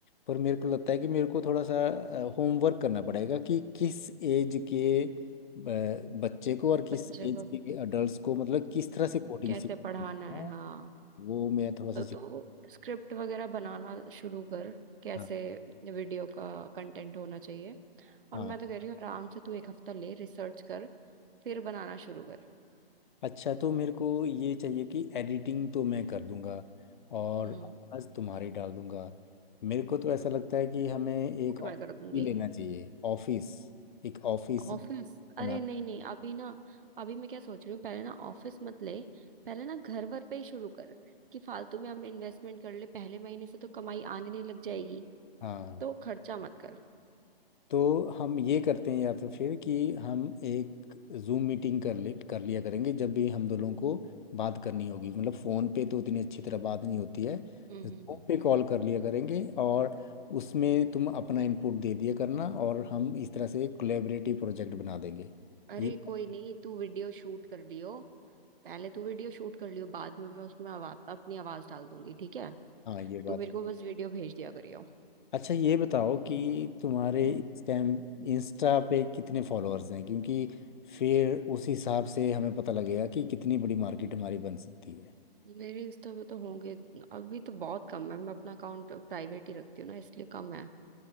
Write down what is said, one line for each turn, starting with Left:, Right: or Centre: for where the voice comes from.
Left: पर मेरे को लगता है कि मेरे को थोड़ा सा होमवर्क करना पड़ेगा कि किस एज के ब- बच्चे को और किस
Right: बच्चे
Left: एज
Right: को
Left: के अडल्ट को मतलब किस तरह
Right: हम्म,
Left: से कोडिंग
Right: कैसे
Left: सीखनी
Right: पढ़ाना
Left: है
Right: है हाँ
Left: वो मैं थोड़ा सा
Right: तो
Left: सीख
Right: तू स्क्रिप्ट वगैरह बनाना शुरू कर कैसे
Left: हाँ
Right: वीडियो का कंटेंट होना चाहिए और
Left: हाँ हाँ।
Right: मैं तो कह रही हूँ आराम से तू एक हफ्ता ले रिसर्च कर फिर बनाना शुरू कर
Left: अच्छा तो मेरे को ये चाहिए कि एडिटिंग तो मैं कर दूंगा और
Right: हम्म
Left: आवाज़ तुम्हारी डाल दूंगा मेरे को तो ऐसा लगता है कि हमें एक
Right: शूट
Left: ऑफिस
Right: मैं कर दूंगी
Left: ही लेना चाहिए ऑफिस एक ऑफिस
Right: ऑफिस
Left: बनाना
Right: अरे नहीं नहीं अभी ना अभी मैं क्या सोच रही हूँ पहले ना ऑफिस मत ले पहले ना घर वर पे ही शुरू कर कि फालतू में हम इन्वेस्टमेंट कर ले पहले महीने से तो कमाई आने नहीं लग जाएगी
Left: हाँ
Right: तो खर्चा मत कर
Left: तो हम ये करते हैं या तो फिर कि हम एक जूम मीटिंग कर ले कर लिया करेंगे जब भी हम दोनों को बात करनी होगी मतलब फ़ोन पे तो उतनी अच्छी तरह बात नहीं होती है
Right: हम्म
Left: जूम
Right: हम्म हम्म।
Left: पे कॉल कर लिया करेंगे और उसमें तुम अपना इनपुट दे दिया करना और हम इस तरह से एक कोलेबरेटिव प्रोजेक्ट बना देंगे
Right: अरे
Left: ये
Right: कोई नहीं तू वीडियो शूट कर लियो पहले तू वीडियो शूट कर लियो बाद में मैं उसमें आवाज अपनी आवाज डाल दूंगी ठीक है
Left: हाँ ये बात
Right: तू मेरे को बस वीडियो भेज दिया करियो
Left: अच्छा ये बताओ कि तुम्हारे
Right: हम्म।
Left: इस टाइम इंस्टा पे कितने फॉलोअर्स हैं क्योंकि फिर उस हिसाब से हमें पता लगेगा कि कितनी बड़ी मार्केट हमारी बन सकती है
Right: मेरे इंस्टा पे तो होंगे अभी तो बहुत कम है मैं अपना अकाउंट प्राइवेट ही रखती हूँ ना इसलिए कम है